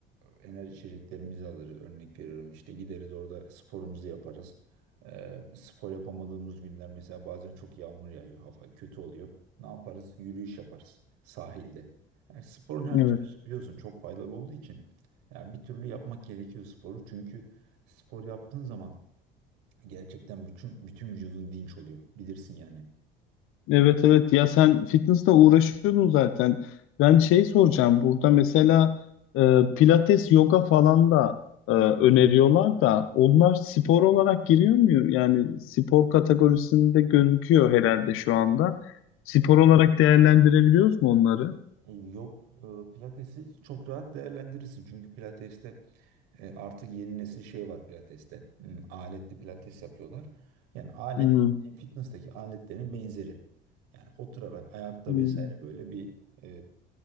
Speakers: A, on the right; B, on the left.
A: e, enerji içeceklerimizi alırız. Örnek veriyorum işte gideriz orada sporumuzu yaparız. E, spor yapamadığımız günler mesela bazen çok yağmur yağıyor. Hava kötü oluyor. Ne yaparız? Yürüyüş yaparız sahilde. Yani sporun her
B: evet.
A: türlüsü biliyorsun çok faydalı olduğu için. Yani bir türlü yapmak gerekiyor sporu. Çünkü spor yaptığın zaman Gerçekten bütün bütün vücudun dinç oluyor. Bilirsin yani.
B: Evet evet ya sen fitnessle uğraşıyordun zaten. Ben şey soracağım burada mesela e, pilates, yoga falan da e, öneriyorlar
A: Hmm.
B: da onlar spor olarak giriyor mu? Yani spor kategorisinde gözüküyor herhalde şu anda. Spor olarak değerlendirebiliyoruz mu onları?
A: E, Yok, e, pilatesi çok rahat değerlendirirsin. Çünkü pilateste E, artık yeni nesil şey var pilateste. Hmm, aletli pilates yapıyorlar. Yani alet
B: Hmm,
A: fitness'taki aletlerin benzeri. Yani oturarak ayakta
B: hmm,
A: vesaire böyle bir e,